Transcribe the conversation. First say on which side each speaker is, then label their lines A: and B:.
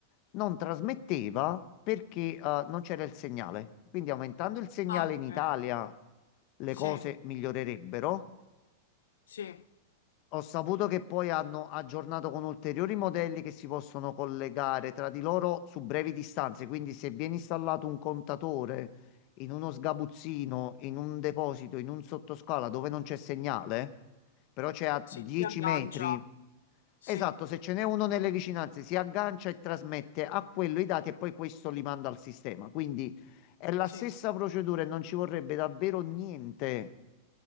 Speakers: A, on the left; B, on the left.
A: non trasmetteva perché eh, non c'era il segnale. Quindi aumentando il segnale
B: Ah,
A: in
B: okay.
A: Italia le
B: Sì,
A: cose migliorerebbero,
B: sì,
A: ho saputo che poi hanno aggiornato con ulteriori modelli che si possono collegare tra di loro su brevi distanze, quindi se viene installato un contatore in uno sgabuzzino, in un deposito, in un sottoscala dove non c'è segnale, però c'è a
B: sì,
A: 10
B: si aggancia.
A: metri,
B: Sì,
A: esatto, se ce n'è uno nelle vicinanze si aggancia e trasmette a quello i dati e poi questo li manda al sistema. Quindi è la
B: sì.
A: stessa procedura e non ci vorrebbe davvero niente